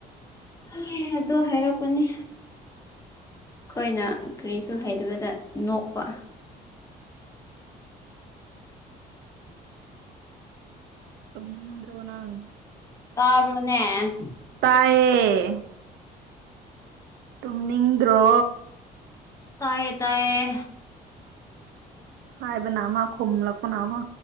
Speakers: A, on the left; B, on the right.
A: ꯍꯥꯏꯌꯦ ꯑꯗꯣ ꯍꯥꯏꯔꯛꯄꯅꯤ ꯑꯩꯈꯣꯏꯅ ꯀꯔꯤꯁꯨ ꯍꯩꯗꯕꯗ ꯅꯣꯛꯄ
B: ꯇꯨꯝꯅꯤꯡꯗ ꯁꯨ ꯅꯪ
A: ꯇꯥꯕ꯭ꯔꫭꯅꯦ
B: ꯇꯥꯏꯌꯦ ꯇꯨꯝꯅꯤꯡꯗ꯭ꯔꯣ
A: ꯇꯥꯏꯌꯦ ꯇꯥꯏꯌꯦ
B: ꯑꯁ ꯍꯥꯏꯕꯅꯥ ꯑꯃꯥ ꯈꯨꯝꯂꯥꯛꯄꯅ ꯑꯃꯥ